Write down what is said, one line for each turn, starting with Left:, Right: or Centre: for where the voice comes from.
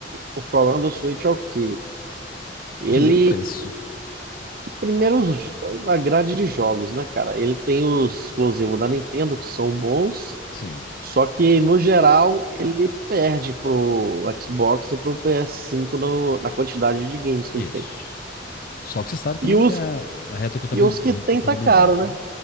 Right: o problema do Switch é o quê? Ele,
Left: Primeiro o preço.
Right: primeiro, os- a grade de jogos, né, cara? Ele tem os exclusivos da Nintendo que são bons,
Left: Sim,
Right: só que, no geral, ele perde pro Xbox e pro PS5 no- na quantidade de games que
Left: isso.
Right: ele tem.
Left: Só que você sabe também
Right: E os,
Left: que tem a, a retrocontabilidade,
Right: e os que tem
Left: retrocontabilidade,
Right: tá caro, né?
Left: né?